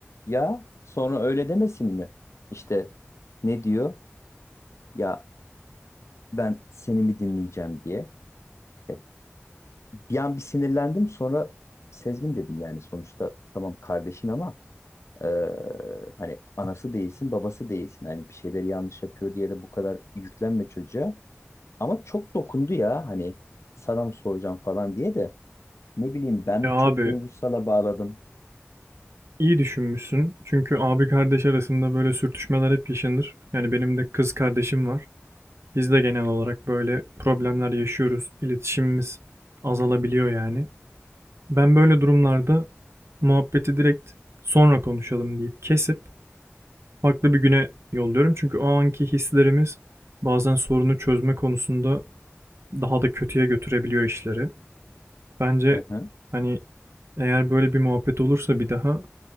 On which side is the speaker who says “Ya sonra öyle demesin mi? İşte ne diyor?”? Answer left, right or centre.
Left